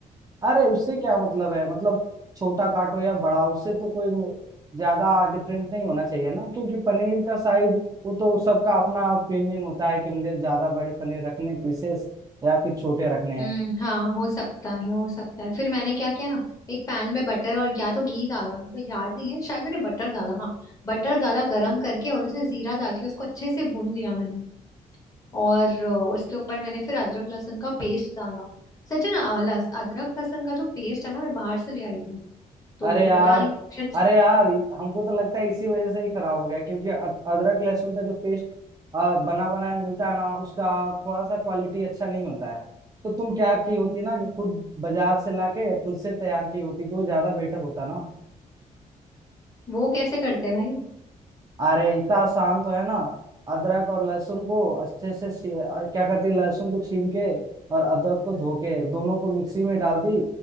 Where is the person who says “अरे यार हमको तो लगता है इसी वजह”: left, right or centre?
Right